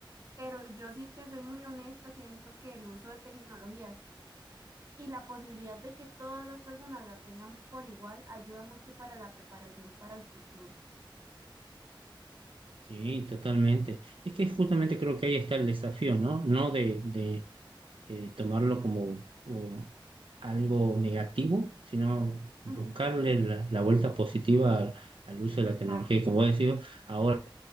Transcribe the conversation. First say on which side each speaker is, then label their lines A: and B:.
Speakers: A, on the right; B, on the right.
A: Pero yo sí te soy muy honesta, siento que el uso de tecnologías y la posibilidad de que todas las personas la tengan por igual ayuda mucho para la preparación para el futuro.
B: Sí, totalmente. Es que justamente creo que ahí está el desafío, ¿no? No de, de de tomarlo como um, algo negativo, sino buscarle
A: Ujú,
B: la, la vuelta positiva al, al uso
A: Exacto.
B: de la tecnología. Y como vos decís, ahora